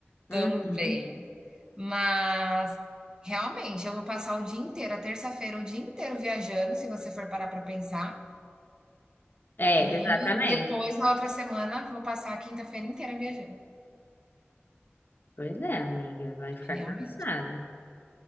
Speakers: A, on the right; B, on the left.
A: Também.
B: Uhum.
A: Mas realmente eu vou passar o dia inteiro, a terça-feira, o dia inteiro viajando, se você for parar para pensar,
B: É,
A: e
B: exatamente.
A: depois na outra semana vou passar a quinta-feira inteira viajando,
B: Pois é, amiga, vai ficar
A: realmente.
B: cansada.